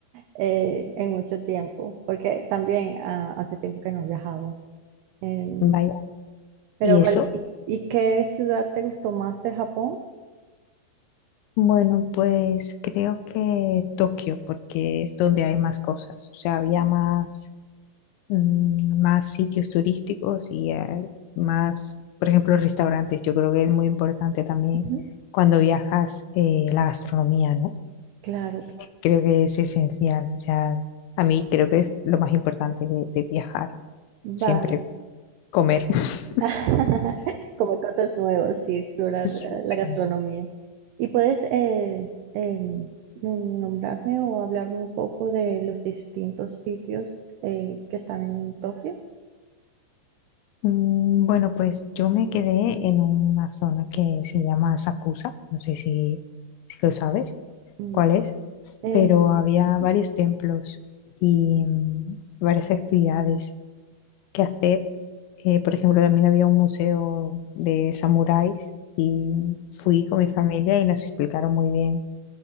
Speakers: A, on the right (about 75°); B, on the left (about 80°).
A: eh, en mucho tiempo, porque también ah, hace tiempo que no viajaba. Em,
B: vaya.
A: Pero
B: ¿Y
A: vale,
B: eso?
A: ¿y, y qué ciudad te gustó más de Japón?
B: Bueno, pues creo que Tokio, porque es donde hay más cosas, o sea, había más, mm, más sitios turísticos y eh, más, por ejemplo, restaurantes. Yo creo que es muy importante también
A: Ujú,
B: cuando viajas eh, la gastronomía, ¿no?
A: Claro, claro.
B: Creo que es esencial, o sea, a mí creo que es lo más importante de, de viajar,
A: Vale.
B: siempre comer. <laughs>
A: <laughs> Comer cosas nuevas y explorar
B: Sí,
A: la,
B: sí.
A: la gastronomía. ¿Y puedes eh, em, nom- nombrarme o hablarme un poco de los distintos sitios eh, que están en Tokio?
B: Mm, Bueno, pues yo me quedé en una zona que se llama Sakusa, no sé si, si lo sabes
A: Mm,
B: cuál es,
A: en-
B: pero había
A: ujú.
B: varios templos y mm, varias actividades que hacer. Eh, por ejemplo, también había un museo de samuráis y fui con mi familia y nos explicaron muy bien